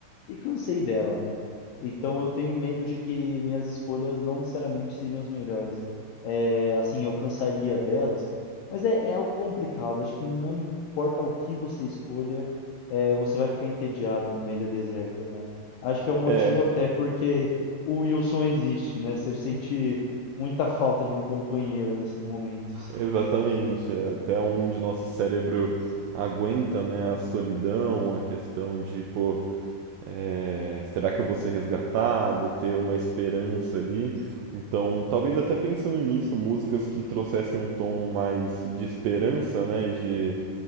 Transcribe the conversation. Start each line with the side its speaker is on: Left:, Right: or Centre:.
Left: e cansei dela, né? Então eu tenho medo de que minhas escolhas não necessariamente seriam as melhores. É, assim, eu cansaria delas, mas é, é algo complicado. Acho que não importa o que você escolha, é, você vai ficar entediado numa ilha deserta, né? Acho que é o motivo
Right: É,
Left: até porque o Wilson existe, né? Você sente muita falta de um companheiro nesses momentos.
Right: exatamente. Até onde o nosso cérebro aguenta, né, a solidão, a questão de, pô, é, será que eu vou ser resgatado, ter uma esperança ali. Então, talvez até pensando nisso, músicas que trouxessem um tom mais de esperança, né, de,